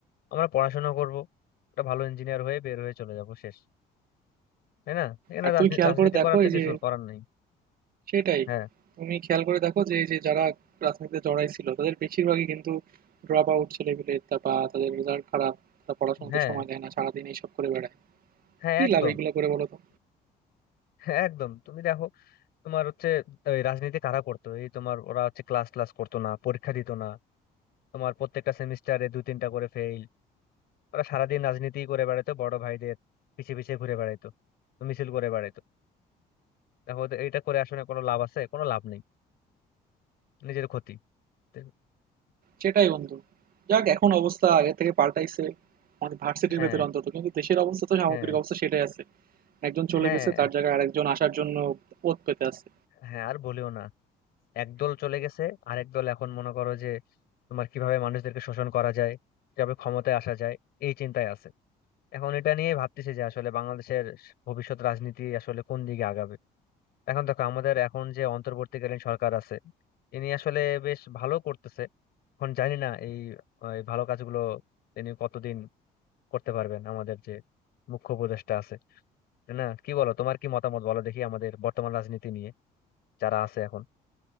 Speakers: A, on the left; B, on the right.
A: আমরা পড়াশোনা করব একটা ভালো ইঞ্জিনিয়ার হয়ে বের হয়ে চলে যাব শেষ তাই না এখানে
B: আর
A: রাজনী-
B: তুমি খেয়াল
A: রাজনীতি
B: করে দেখো
A: করার তো
B: এই
A: কিছু
B: যে
A: করার নাই
B: সেটাই।
A: হ্যাঁ
B: তুমি খেয়াল করে দেখো যে এই যে যারা রাজনীতিতে জড়াই ছিল তাদের বেশিরভাগই কিন্তু ড্রপ আউট ছেলেপিলে তা বা তাদের রেজাল্ট খারাপ তারা পড়াশোনাতে
A: হ্যাঁ
B: সময় দেয় না সারাদিন এইসব করে বেড়ায়
A: হ্যাঁ
B: কি
A: একদম
B: লাভ এইগুলো করে বলো তো
A: হ্যাঁ, একদম তুমি দেখো তোমার হচ্ছে ওই রাজনীতি কারা করতো এই তোমার ওরা হচ্ছে ক্লাস ক্লাস করতো না পরীক্ষা দিত না তোমার প্রত্যেকটা সেমিস্টারে দু তিনটা করে ফেল ওরা সারাদিন রাজনীতি করে বেড়াতো বড় ভাইদের পিছে পিছে ঘুরে বেড়াইতো মিছিল করে বেড়াইতো দেখো ওদের- এইটা করে আসলে কোনো লাভ আছে কোনো লাভ নেই নিজের ক্ষতি <laughs> তো
B: সেটাই বন্ধু যাক এখন অবস্থা আগে থেকে পাল্টাইছে আমাদের ভার্সিটির
A: হ্যাঁ
B: ভেতরে অন্তত কিন্তু দেশের অবস্থা তো সামগ্রিক
A: হ্যাঁ
B: অবস্থা সেটাই আছে একজন চলে
A: হ্যাঁ
B: গেছে তার জায়গায় আরেকজন আসার জন্য পথ পেতে আছে
A: হ্যাঁ আর বলিও না একদল চলে গেছে আরেক দল এখন মনে করো যে তোমার কিভাবে মানুষদেরকে শোষণ করা যায় কিভাবে ক্ষমতায় আসা যায় এই চিন্তায় আছে এখন এটা নিয়ে ভাবতেছি যে আসলে বাংলাদেশের ভবিষ্যৎ রাজনীতি আসলে কোন দিকে আগাবে এখন দেখো আমাদের এখন যে অন্তর্বর্তীকালীন সরকার আছে ইনি আসলে বেশ ভালো করতেছে এখন জানি না এই এই ভালো কাজগুলো তিনি কতদিন করতে পারবেন আমাদের যে মুখ্য উপদেষ্টা আছে তাই না কি বলো তোমার কি মতামত বলো দেখি আমাদের বর্তমান রাজনীতি নিয়ে যারা আছে এখন